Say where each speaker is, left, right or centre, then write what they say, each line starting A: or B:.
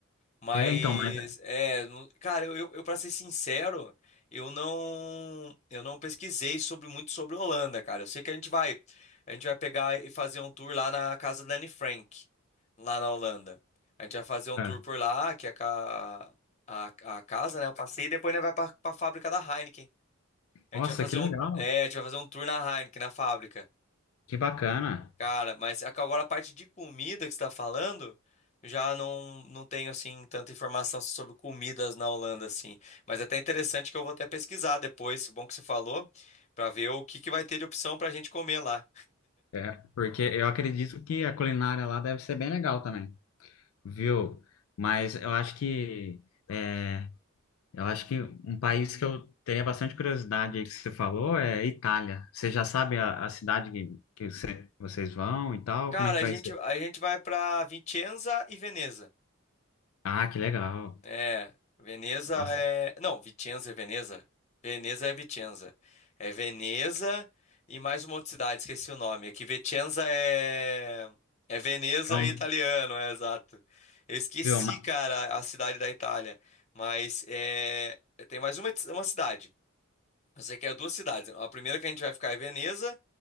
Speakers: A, on the left (about 35°); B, on the left (about 85°).
A: Mas,
B: É, então, mas...
A: é, não- cara, eu, eu, eu, pra ser sincero, eu não, eu não pesquisei sobre muito sobre Holanda, cara. Eu sei que a gente vai, a gente vai pegar e fazer um tour lá na casa da Anne Frank, lá na Holanda. A gente vai fazer um
B: é.
A: tour por lá, que é a, ca- a, a casa, né? Eu passei e depois a gente vai pra, pra fábrica da Heineken. A
B: Nossa,
A: gente vai fazer
B: que legal,
A: um, é, a gente vai fazer um tour na Heineken, na fábrica.
B: que bacana.
A: Cara, mas ac- agora a parte de comida que você está falando, eu já não, não tenho assim tanta informação sobre comidas na Holanda assim. Mas é até interessante que eu vou até pesquisar depois, bom que você falou, para ver o que que vai ter de opção para a gente comer lá.
B: É, porque eu acredito que a culinária lá deve ser bem legal também, viu? Mas eu acho que... é, eu acho que um país que eu teria bastante curiosidade aí que você falou é Itália. Você já sabe a, a cidade que, que você- vocês vão e tal?
A: Cara,
B: Como é que
A: a
B: vai
A: gente
B: ser?
A: a gente vai para Vicenza e Veneza.
B: Ah, que legal.
A: É, Veneza
B: Nossa,
A: é. Não, Vicenza é Veneza. Veneza é Vicenza. É Veneza e mais uma outra cidade, esqueci o nome. É que Vicenza é. É Veneza
B: então,
A: em italiano, é exato. Eu esqueci,
B: viu? ma-
A: cara, a cidade da Itália. Mas é. Tem mais uma, uma cidade. Eu sei que é duas cidades. A primeira que a gente vai ficar é Veneza